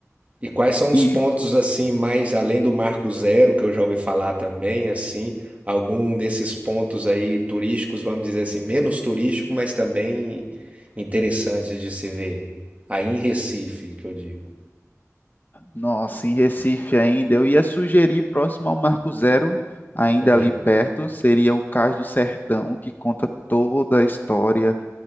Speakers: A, on the right; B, on the left.
A: E quais são os
B: E,
A: pontos assim, mais além do Marco Zero, que eu já ouvi falar também, assim, algum desses pontos aí turísticos, vamos dizer assim, menos turístico, mas também interessantes de se ver. Aí em Recife, que eu digo.
B: nossa, em Recife ainda, eu ia sugerir próximo ao Marco Zero, ainda
A: Uhum.
B: ali perto, seria o Cais do Sertão, que conta toda a história,